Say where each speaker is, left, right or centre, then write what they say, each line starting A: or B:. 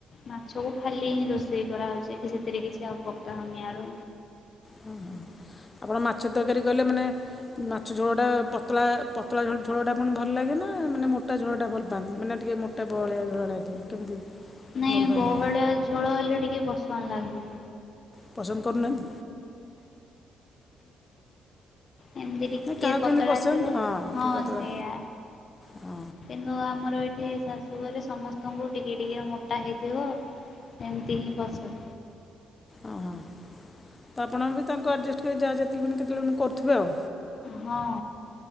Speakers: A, on the left (about 50°); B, on the left (about 25°).
A: ମାଛକୁ ଖାଲି ହିଁ ରୋଷେଇ କରାହେଉଛି କିଛି ସେଥିରେ କିଛି ପକା ହଉନି ଆଳୁ
B: ହଁ ହଁ ଆପଣ ମାଛ ତରକାରୀ କଲେ ମାନେ ମାଛ ଝୋଳ ଟା ପତଳା ପତଳା ଝୋଳ ଟା ପଣ ଭଲ ଲାଗେ ନା ମାନେ ମୋଟା ଝୋଳ ଟା ଭଲ ପାଆନ୍ତି ମାନେ ଟି ଟିକେ ମୋଟା ବ ଭଳିଆ ଝଳିିବ କେମିତି?
A: ନାଇଁ
B: ଭଲ ପାଆନ୍ତି
A: ବହଳି ଝୋଳ ହେଲେ ଟିକେ ପସନ୍ଦ ଲାଗନି।
B: ପସନ୍ଦ କରୁନାହାନ୍ତି?
A: ଏମତି ଟିକେ
B: ନା କାହାକୁ
A: ପତଳା
B: କେମିତି ପସନ୍ଦ
A: ଥିବ ହଁ
B: ଟିକେ ପତଳା
A: ସେଇଆ
B: ହଁ
A: କିନ୍ତୁ ଆମର ଏ ଏ ଶାଶୁଘରେ ସମସ୍ତଙ୍କୁ ଟିକେ ଟିକି ମୋଟା ହେଇଥିବ ସେମିତି ହିଁ ପସନ୍ଦ।
B: ଓହୋ ତ ଆପଣ ବି ତାଙ୍କୁ ଆଡ଼ଜଷ୍ଟ କରିବେ ଯାହା ଯେତେବେଳେ ବି କେତେବେଳେ କରୁଥିବେ ଆଉ।
A: ହଁ